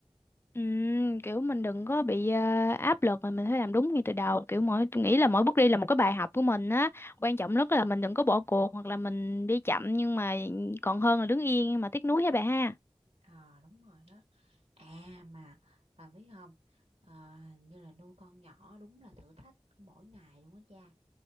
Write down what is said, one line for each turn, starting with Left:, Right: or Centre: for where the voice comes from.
Left: Ừm, kiểu mình đừng có bị ờ, áp lực mà mình phải làm đúng ngay từ đầu kiểu mỗi tôi nghĩ là mỗi bước đi là một cái bài học của mình á quan trọng nhất là mình đừng có bỏ cuộc hoặc là mình đi chậm nhưng mà còn hơn là đứng yên mà tiếc nuối hả bà ha
Right: Ờ đúng rồi đó. À mà bà biết không? Ờ, hình như là nuôi con nhỏ đúng là thử thách mỗi ngày luôn á cha.